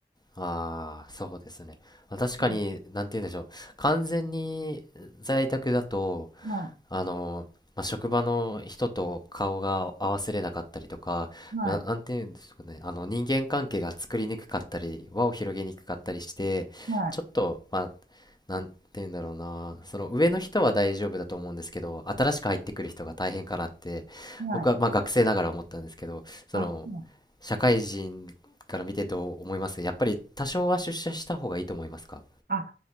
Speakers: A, on the left; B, on the right.
A: ああ、そうですね。まあ確かに、
B: うん、
A: なんて言うんでしょう。完全に在宅だと、
B: は
A: あの、まあ、職場の人と顔が合わせれなかったりとか、
B: い、はい、
A: な、なんていうんですかね、あの人間関係が作りにくかったり、輪を広げにくかったりして、
B: は
A: ちょっと、まあ、なんていうんだろうな、その上の人は大丈夫だと思うんですけど、新しく入ってくる人が大変かなって、
B: い、はい。
A: 僕はまあ学生ながら思ったんですけど、その、
B: あ、はい
A: 社会人から見てどう思いますやっぱり多少は出社した方がいいと思いますか
B: あ、